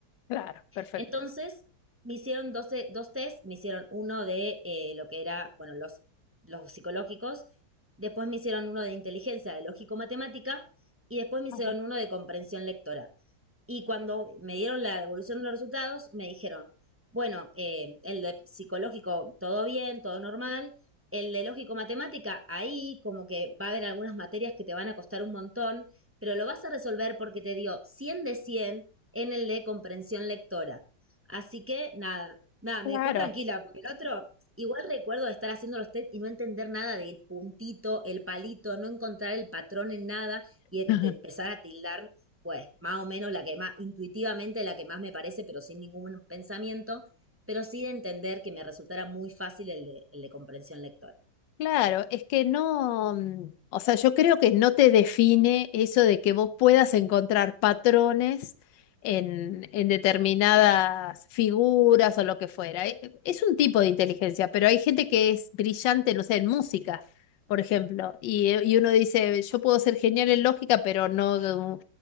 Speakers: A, on the left; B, on the right.
A: Claro, perfecto.
B: Entonces, me hicieron 12 dos test, me hicieron uno de eh, lo que era, bueno, los, los psicológicos, después me hicieron uno de inteligencia, de lógico-matemática, y después me hicieron
A: Ajá.
B: uno de comprensión lectora. Y cuando me dieron la devolución de los resultados, me dijeron, bueno, eh, el de psicológico, todo bien, todo normal. El de lógico-matemática, ahí como que va a haber algunas materias que te van a costar un montón, pero lo vas a resolver porque te dio 100 de 100 en el de comprensión lectora. Así que nada, nada,
A: Claro.
B: me dejó tranquila, porque el otro, igual recuerdo de estar haciendo los test y no entender nada del puntito, el palito, no encontrar el patrón en nada y empezar
A: <laughs>
B: a tildar pues más o menos la que más intuitivamente la que más me parece, pero sin ningún pensamiento, pero sí de entender que me resultara muy fácil el de, el de comprensión lectora.
A: Claro, es que no, mm, o sea, yo creo que no te define eso de que vos puedas encontrar patrones en, en determinadas figuras o lo que fuera. E- e, Es un tipo de inteligencia, pero hay gente que es brillante, no sé, en música, por ejemplo, y, e, y uno dice, yo puedo ser genial en lógica, pero no mm,